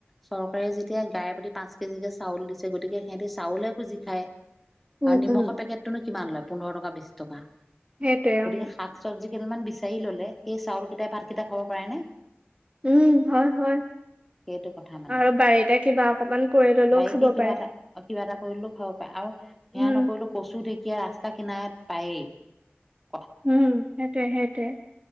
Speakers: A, in the centre; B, on the right.
A: চৰকাৰে যেতিয়া গায়ে প্ৰতি পাঁচ কেজিকে চাউল দিছে গতিকে সিহঁতি চাউলহে খুজি খায়।
B: উম
A: আৰু নিমখৰ
B: উম
A: পেকেটটোনো কিমান লয়? পোন্ধৰ টকা, বিশ টকা।
B: সেইটোৱে
A: গতিকে
B: উম
A: শাক সৱজি কেইটামান বিচাৰি ললে সেই চাউল কেইটাই ভাত কেইটা খাব পাৰেনে?
B: উম, হয় হয়,
A: সেইটো কথা মানে
B: আৰু বাৰীতে কিবা অকমান কৰি ললেও
A: বাৰীকে
B: খাব
A: কিবা
B: পাৰে।
A: এটা কিবা এটা কৰিলেও খাব পাৰে। আৰু, সেয়া
B: উম
A: নকৰিলো কচু ঢেঁকী ইয়া ৰাস্তা কিনাৰত পায়ে।
B: উম, সেইটোৱে সেইটোৱে।